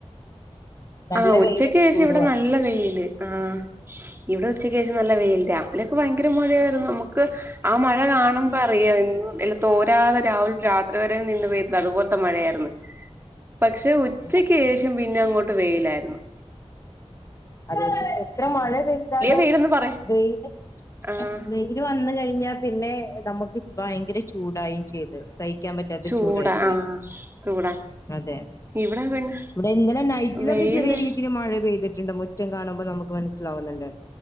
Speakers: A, on the left; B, on the right.
A: നല്ല
B: ആഹ് ഉച്ചക്ക്
A: വെയിലും
B: ശേഷം
A: ചൂടുമായി
B: ഇവിടെ നല്ല വെയിൽ ആഹ് ഇവിടെ ഉച്ചക്ക് ശേഷം നല്ല വെയിലാ ഇവലൊക്കെ ഭയങ്കര മഴയായിരുന്നു, നമുക്ക് ആഹ് മഴ കാണുമ്പോ അറിയാ എല്ല തോരാതെ രാവിൽ രാത്രി വരെ നിന്ന് പോയ്തില്ലേ, അതുപോലത്തെ മഴയായിര്ന്ന്. പക്ഷെ ഉച്ചക്ക്
A: ഉം.
B: ശേഷം പിന്നെ അങ്ങോട്ട് വെയ്ലായിരുന്നു.
A: അതേ എത്ര മഴ പെയ്താലും
B: വെയിലന്ന് പറയാ
A: വെയില്
B: ആഹ്
A: വെയി ഇര് വന്ന് കഴിഞ്ഞാ പിന്നെ നമുക്ക് ഭയങ്കര ചൂടായും ചെയ്ത്. സഹിക്കാൻ പറ്റാത്ത
B: ചൂട
A: ചൂടായി പോയി.
B: ആഹ് ചൂടാ
A: അതെ
B: ഇവിടെ പിന്നെ
A: ഇവിടെ ഇന്നലെ നൈറ്റിലൊക്കെ
B: വെയില്
A: ചെറിയ രീതിയില് മഴ പെയ്തിറ്റ്ണ്ട്. മുറ്റം കാണുമ്പ നമുക്ക് മനസ്സിലാവുന്ന്ണ്ട്